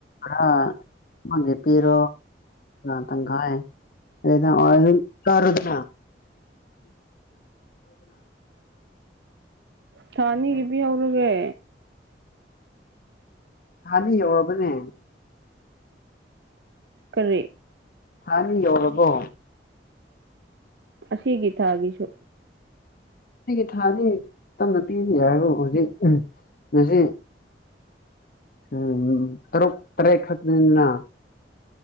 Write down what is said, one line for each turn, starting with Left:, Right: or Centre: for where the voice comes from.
Left: ꯑꯥ ꯅꯪꯒꯤ ꯄꯤꯔꯣ ꯑꯥ ꯇꯪꯈꯥꯏ ꯑꯩꯗ ꯆꯥꯔꯣꯗꯅ
Right: ꯊꯥ ꯑꯅꯤꯒꯤ ꯄꯤꯍꯧꯔꯒꯦ
Left: ꯊꯅꯤ ꯌꯧꯔꯕꯅꯦ
Right: ꯀꯔꯤ
Left: ꯊꯅꯤ ꯌꯧꯔꯕꯣ
Right: ꯑꯁꯤꯒꯤ ꯊꯥꯒꯤꯁꯨ
Left: ꯁꯤꯒꯤ ꯊꯥꯗꯤ ꯇꯞꯅ ꯄꯤꯔꯋꯁꯨ ꯌꯥꯏꯗ ꯍꯧꯖꯤꯛ ꯉꯁꯤ ꯎꯝ ꯇꯔꯨꯛ ꯇꯔꯦꯠ ꯈꯛꯇꯅꯤꯅ